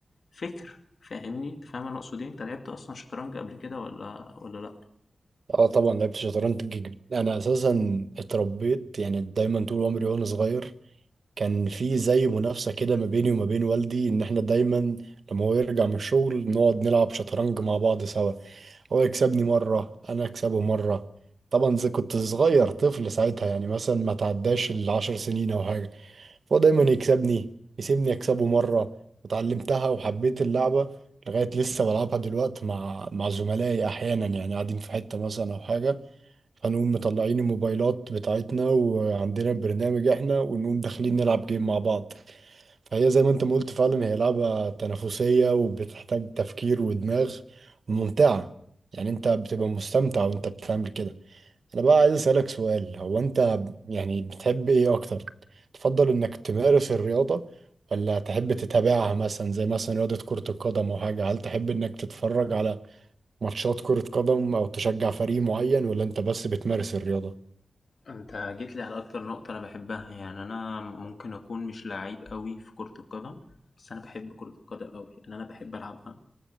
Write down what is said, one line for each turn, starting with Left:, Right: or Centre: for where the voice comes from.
Left: فِكْر، فاهمني؟ أنت فاهم أنا أقصد إيه؟ أنت لعبت أصلًا شطرنج قبل كده والّا والّا لأ؟
Right: اه طبعا لعبت شطرنج جدا انا اساسا اتربيت يعني دايما طول عمري وانا صغير كان في زي منافسة كده ما بيني وما بين والدي إن إحنا دايما لما هو يرجع من الشغل نقعد نلعب شطرنج مع بعض سوا هو يكسبني مرة أنا أكسبه مرة طبعا زي كنت صغير طفل ساعتها يعني مثلا ما تعداش العشر سنين أو حاجة فهو دايما يكسبني يسيبني أكسبه مرة وتعلمتها وحبيت اللعبة لغاية لسه بلعبها دلوقتي مع مع زملائي أحيانا يعني قاعدين في حتة مثلا أو حاجة هنقوم مطلعين الموبايلات بتاعتنا وعندنا برنامج احنا ونقوم داخلين نلعب جيم مع بعض فهي زي ما انت ما قلت فعلا هي لعبة تنافسية وبتحتاج تفكير ودماغ وممتعة يعني انت بتبقى مستمتع وانت بتعمل كده انا بقى عايز اسألك سؤال هو انت يعني بتحب ايه اكتر تفضل انك تمارس الرياضة ولا تحب تتابعها مثلا زي مثلا رياضة كرة القدم او حاجة هل تحب انك تتفرج على ماتشات كرة قدم او تشجع فريق معين ولا انت بس بتمارس الرياضة
Left: أنت جيت لي على أكتر نقطة أنا باحبها، يعني أنا ممكن أكون مش لعيب أوي في كرة القدم، بس أنا باحب كرة القدم أوي، لأن أنا باحب ألعبها.